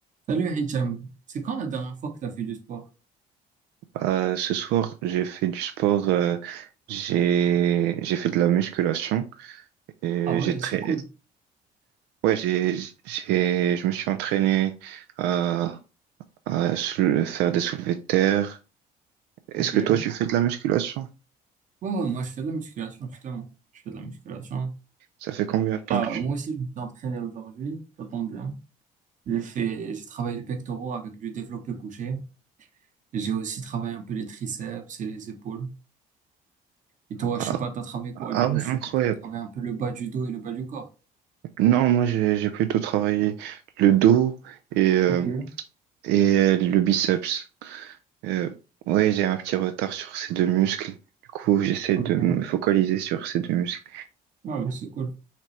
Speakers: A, on the right; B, on the right.
A: Salut Hicham, c'est quand la dernière fois que tu as fait du sport?
B: Euh, ce soir, j'ai fait du sport, euh, j'ai j'ai fait de la musculation et
A: Ah ouais,
B: j'ai très
A: c'est cool.
B: ouais, j'ai j'ai je me suis entraîné à à sou- faire des soulevés de terre. Est-ce
A: Ok.
B: que
A: Ouais,
B: toi tu fais de la musculation?
A: ouais, moi je fais de la musculation justement. Je fais de la musculation.
B: Ça fait combien de temps
A: Là,
B: que tu
A: moi aussi je me suis entraîné aujourd'hui, ça tombe bien. J'ai fait, j'ai travaillé les pectoraux avec du développé couché. J'ai aussi travaillé un peu les triceps et les épaules. Et toi,
B: Ah,
A: je sais pas, t'as travaillé
B: ah
A: quoi? Du coup,
B: ouais,
A: je
B: incroyable.
A: suppose que t'as travaillé un peu le bas du dos et le bas du corps.
B: Non, moi j'ai j'ai plutôt travaillé le dos et euh,
A: Ok,
B: et euh, le biceps. Euh, ouais, j'ai un petit retard sur ces deux muscles. Du coup, j'essaie
A: ok.
B: de me focaliser sur ces deux muscles.
A: Ouais, bah, c'est cool.